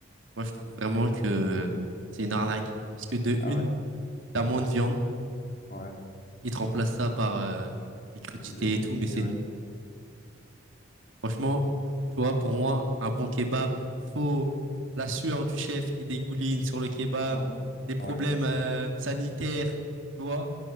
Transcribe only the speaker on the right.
moi, je trouve vraiment que euh, c'est une arnaque. Parce que de
une,
t'as moins de viande.
Ils te remplacent ça par euh, des crudités
et tout, mais c'est
nul. Franchement, tu vois, pour moi, un bon kebab, il faut la sueur du chef qui dégouline sur le kebab,
des problèmes
euh, sanitaires, tu vois.